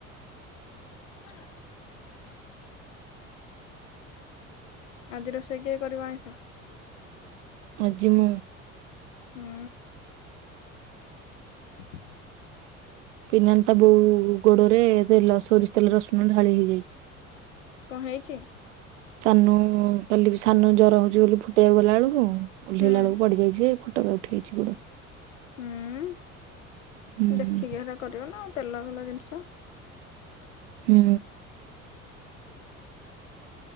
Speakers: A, on the left; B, on the right.
A: <inaudible> ଆଜି ରୋଷେଇ କିଏ କରିବ ଆଇଁଷ?
B: ଆଜି ମୁଁ
A: ହୁଁ। ହୁଁ
B: ପିଲାଙ୍କ ତା ବୋଉ ଗୋଡରେ ତେଲ ସୋରିଷ ତେଲ ରସୁଣ ଢାଳି ହେଇଯାଇଛି।
A: କଣ ହେଇଛି?
B: ସାନୁ କାଲି ବି ସାନ ଜର ହଉଛି ବୋଲି ଫୁଟେଇବାକୁ ଗଲା ବେଳକୁ ଓହ୍ଲେଇଲା
A: ହୁଁ
B: ବେଳକୁ ପଡିଯାଇଛି ଫୋଟକା ଉଠି ଯାଇଛି ଗୋଡେ
A: ହୁଁ
B: ହୁଁ
A: ଦେଖିକି ହେଲା କରିବ ନାଉ ତେଲ ଭେଲ ଜିନିଷ
B: ହୁଁ